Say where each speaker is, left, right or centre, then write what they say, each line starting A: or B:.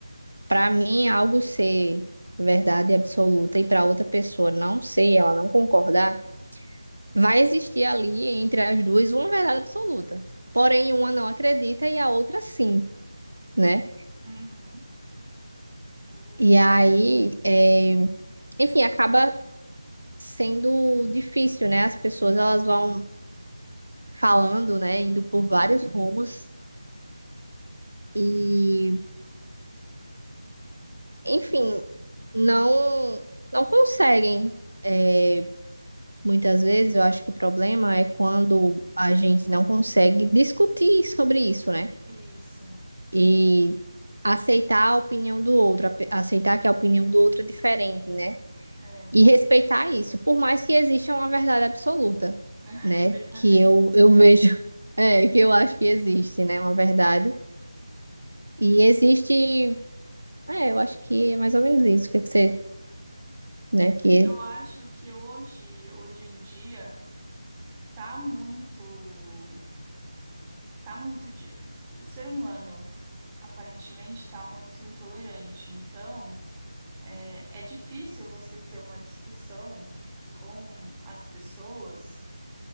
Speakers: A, on the right; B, on the right.
A: Para mim, é algo ser verdade absoluta e para outra pessoa não ser, ela não concordar, vai existir ali entre as duas uma verdade absoluta. Porém, uma não acredita e a outra sim, né?
B: Uhum. O-
A: E aí, é, enfim, acaba sendo difícil, né? As pessoas elas vão falando, né? Indo por vários rumos e, enfim, não não conseguem. é, Muitas vezes eu acho que o problema é quando a gente não consegue discutir sobre isso, né?
B: Isso,
A: E aceitar a opinião do outro, ape- aceitar que a opinião do outro é diferente, né?
B: é,
A: E
B: <laughs>
A: respeitar isso, por mais que exista uma verdade absoluta,
B: na
A: né?
B: verdade.
A: Que eu, eu vejo, <laughs> é, que eu acho que existe, né? Uma verdade. E existe, é, eu acho que é mais ou menos isso, que que você, né? Que,
B: Eu acho que hoje, hoje em dia, tá muito, tá muito, de- o ser humano aparentemente tá muito intolerante. Então, é, é difícil você ter uma discussão com as pessoas